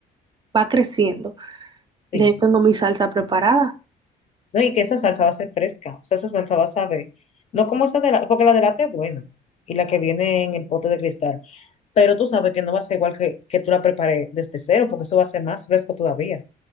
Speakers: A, on the right (about 25°); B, on the left (about 40°).
A: va creciendo.
B: Sí.
A: Ya yo tengo mi salsa preparada.
B: No, y que esa salsa va a ser fresca. O sea, esa salsa va a saber. No como esa de la, porque la de lata es buena. Y la que viene en el pote de cristal. Pero tú sabes que no va a ser igual que, que tú la prepares desde cero, porque eso va a ser más fresco todavía.